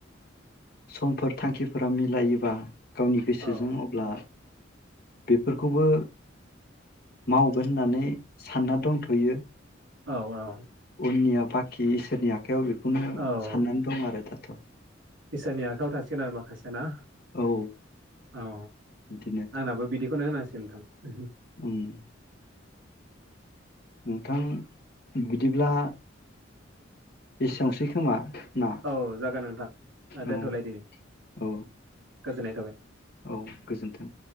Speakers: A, on the left; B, on the right.
A: समफोर थांखिफोरा मिलायोबा गावनि गोसोजों
B: औ
A: मावब्ला बे फोरखौबो मावगोन होननानै सानना दंथ'यो।
B: औ औ।
A: उननिया बाखि इसोरनि आख खायाव बेखौनो
B: औ
A: सान्नानै दं आरो दा। <inaudible>
B: इसोरनि आखायाव थासिगोन आरो माखासे ना
A: औ
B: औ।
A: बिदिनो
B: आंनाबो बिदि खौनो होनांसिगोन नोंथां।
A: उम नोंथां बिदिब्ला एसेयावसै खोमा। ना
B: औ जागोन नोंथां ओ
A: औ
B: दोनथलायदिनि गोज
A: औ
B: गोजोनाय थाबाय
A: औ गोजोन्थों।